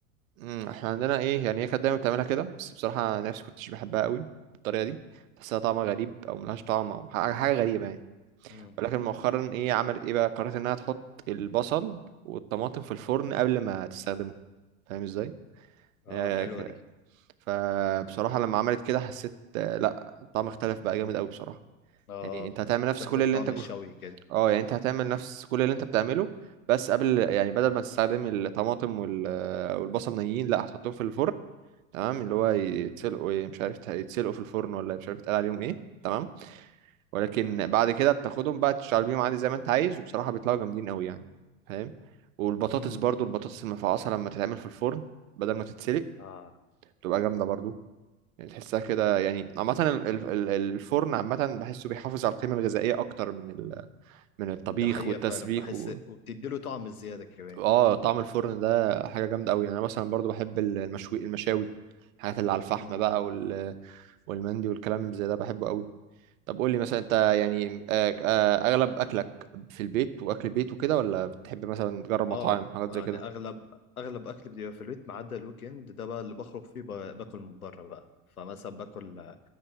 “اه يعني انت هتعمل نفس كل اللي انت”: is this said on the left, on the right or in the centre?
Right